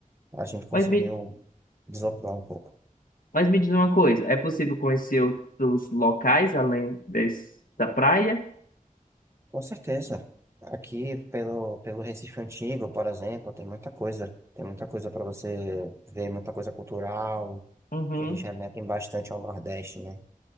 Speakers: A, on the right; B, on the left.
A: A gente conseguiu
B: Mas me,
A: desopilar um pouco.
B: Mas me diz uma coisa, é possível conhecer outros locais além dessa praia?
A: Com certeza. Aqui, pelo, pelo Recife Antigo, por exemplo, tem muita coisa. Tem muita coisa para você ver, muita coisa cultural,
B: Uhum,
A: que eles remetem bastante ao Nordeste, né?